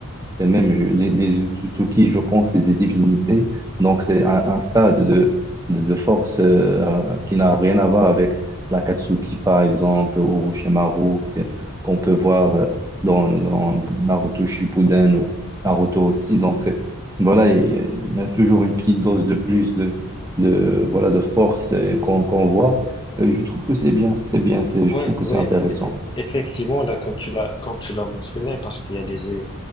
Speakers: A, on the right; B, on the left.
A: c'est même je- les, les Utsutsuki, je pense, c'est des divinités. Donc, c'est un, un stade de, de, de force euh, qui n'a rien à voir avec l'Akatsuki, par exemple, ou Orochimaru, que- qu'on peut voir euh, dans, dans Naruto Shippuden ou Naruto aussi. Donc, euh, voilà, il y, a il y a toujours une petite dose de plus de, de, voilà, de force euh, qu'on qu'on voit. Euh, je trouve que c'est bien, c'est bien, c'est, je
B: Ouais,
A: trouve que
B: ouais,
A: c'est intéressant.
B: effe- effectivement, là, comme tu l'as, comme tu l'as mentionné, parce qu'il y a les euh,